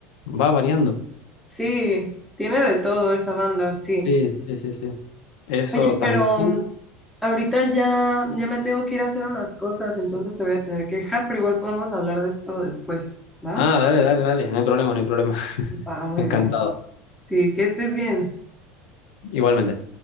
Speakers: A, on the left; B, in the centre.
A: va variando.
B: sí. Tiene de todo esa banda, sí.
A: Sí, sí, sí, sí. Eso
B: Oye,
A: también.
B: pero mm, ahorita ya, ya me tengo que ir a hacer unas cosas, entonces te voy a tener que dejar, pero igual podemos hablar de esto después, ¿va?
A: Ah, dale, dale, dale. No hay problema, no hay problema. <laughs>
B: Va, muy
A: Encantado.
B: bien. Sí, que estés bien.
A: Igualmente.